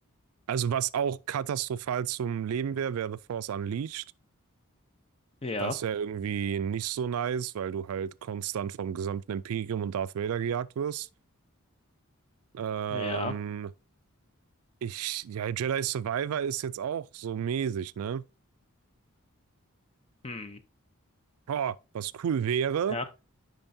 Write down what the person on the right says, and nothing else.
Also was auch katastrophal zum Leben wäre, wäre The Force Unleashed.
Das wäre irgendwie nicht so nice, weil du halt konstant vom gesamten Imperium und Darth Vader gejagt wirst. Ähm,
ich, ja, Jedi Survivor ist jetzt auch so mäßig, ne?
Boah, was cool wäre,